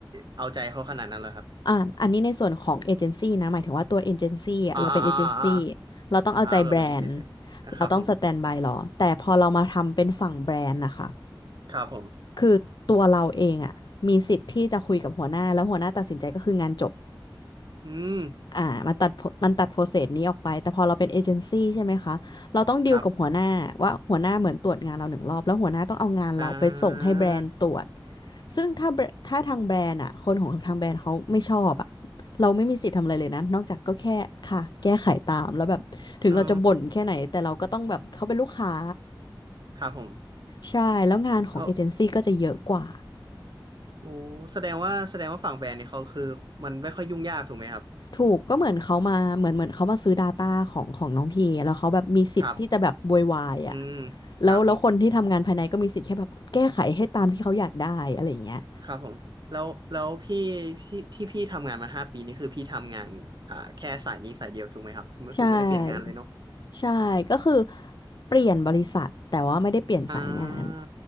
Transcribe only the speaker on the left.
อ่าอันนี้ในส่วนของเอเจนซี่นะหมายถึงว่าตัวเอเจนซี่อะเราเป็นเอเจนซี่
เราต้องเอาใจแบรนด์
เราต้องสแตนบายรอแต่พอเรามาทำเป็นฝั่งแบรนด์นะคะ
คือตัวเราเองอ่ะมีสิทธิ์ที่จะคุยกับหัวหน้าแล้วหัวหน้าตัดสินใจก็คืองานจบ
อ่ามันตัด pro- มันตัดโปรเซสนี้ออกไปแต่พอเราเป็นเอเจนซี่ใช่ไหมคะเราต้องดีลกับหัวหน้าว่าหัวหน้าเหมือนตรวจงานเราหนึ่งรอบแล้วหัวหน้าต้องเอางานเราไปส่งให้แบรนด์ตรวจ
ซึ่งถ้าแบรถ้าทางแบรนด์อ่ะคนของทางแบรนด์เขาไม่ชอบอ่ะเราไม่มีสิทธิ์ทำอะไรเลยนะนอกจากก็แค่ค่ะแก้ไขตามแล้วแบบถึงเราจะบ่นแค่ไหนแต่เราก็ต้องแบบเขาเป็นลูกค้า
ใช่แล้วงานของเอเจนซี่ก็จะเยอะกว่า
ถูกก็เหมือนเขามาเหมือนเหมือนเขามาซื้อ Data ของของน้องพีแล้วเขาแบบมีสิทธิ์ที่จะแบบบวยวายอ่ะ
แล้วแล้วคนที่ทำงานภายในก็มีสิทธิ์แค่แบบแก้ไขให้ตามที่เขาอยากได้อะไรอย่างเงี้ย
ใช่ใช่ก็คือเปลี่ยนบริษัทแต่ว่าไม่ได้เปลี่ยนสายงาน